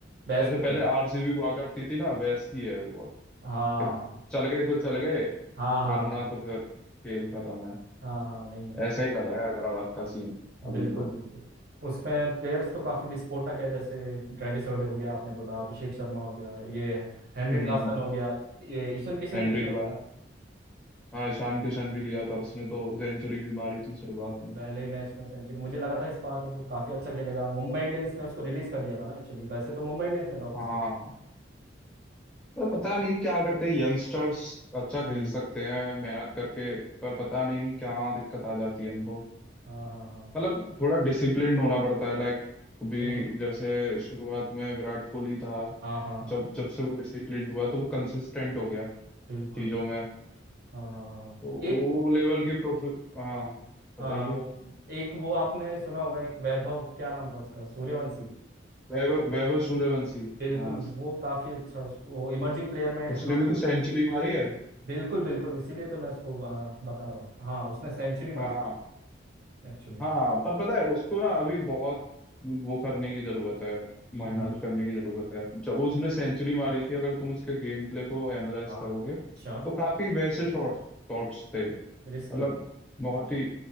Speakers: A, on the right; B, in the centre.
A: बेस्ट
B: जैसे
A: प्लेयर
B: पहले
A: है
B: आरसीबी हुआ करती थी ना वैसी है वो
A: हाँ
B: कि
A: हाँ
B: चल गए तो चल गए
A: हाँ हाँ
B: वरना तो फिर खेल खत्म है
A: हाँ हाँ नहीं
B: ऐसा ही लग रहा है हैदराबाद का सीन अभी
A: बिल्कुल
B: तो
A: बिल्कुल उसमें प्लेयर्स तो काफी विस्फोटक है जैसे ट्रेविस ओडे हो गया आपने बोला अभिषेक शर्मा हो गया ये हेनरी
B: हम्म
A: क्लासन हो गया ये ईशन किशन
B: हेनरी
A: लिया
B: के
A: था इस
B: बाद
A: बार
B: हाँ ईशान किशन भी लिया था उसने तो सेंचुरी भी मारी थी शुरुआत में
A: पहले ही मैच में सेंचुरी मुझे लगा था इस बार वो काफी अच्छा खेलेगा मुंबई इंडियंस ने उसको रिलीज कर दिया था ना एक्चुअली वैसे तो मुंबई इंडियंस में था वो पिछले
B: हाँ पर पता नहीं क्या करते यंगस्टर्स अच्छा
A: हम्म,
B: खेल सकते हैं मेहनत करके पर पता नहीं क्या दिक्कत आ जाती है इनको
A: हाँ हाँ हाँ
B: मतलब थोड़ा डिसिप्लिन्ड होना पड़ता है लाइक अभी
A: हम्म हम्म,
B: जैसे शुरुआत में विराट कोहली था
A: हाँ हाँ
B: जब जब से वो डिसिप्लिन्ड हुआ तो वो कंसिस्टेंट हो गया
A: बिल्कुल
B: चीजों
A: बिल्कुल
B: में
A: हाँ हाँ हाँ हाँ।
B: तो
A: एक
B: वो लेवल की प्रोफे हाँ
A: हाँ
B: बताइए
A: हाँ वो एक वो आपने सुना होगा एक वैभव क्या नाम था उसका सूर्यवंशी
B: वैभव वैभव सूर्यवंशी
A: बिल्कुल
B: हाँ
A: वो काफी अच्छा उस- वो इमर्जिंग प्लेयर में
B: उसने
A: हाँ
B: भी तो सेंचुरी मारी है
A: बिल्कुल बिल्कुल इसीलिए तो मैं इसको आ, बता रहा हूँ हाँ उसने सेंचुरी मारी
B: हाँ
A: है एक्चुअली
B: हाँ पर पता है उसको ना अभी बहुत वो करने की जरूरत है मेहनत
A: हम्म
B: करने की जरूरत है जब उसने सेंचुरी मारी थी अगर तुम उसके गेम प्ले को एनालाइज
A: हाँ
B: करोगे
A: अच्छा
B: तो काफी वैसे शॉट शॉट्स थे मतलब
A: रिस्की
B: बहुत ही